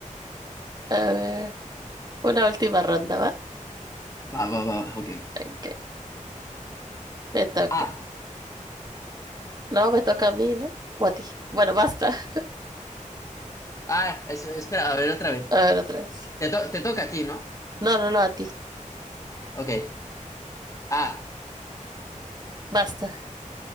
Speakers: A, on the right (about 30°); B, on the left (about 25°).
A: A ver, una última ronda, ¿va?
B: Va, va, va, va, ok.
A: Ok, me toca.
B: Ah,
A: No, me toca a mí, ¿no? O a ti. Bueno, basta. <laughs>
B: ah, eso espera, a ver otra vez.
A: A ver, otra vez.
B: Te, to- te toca a ti, ¿no?
A: No, no, no, a ti.
B: Ok. Ah,
A: Basta.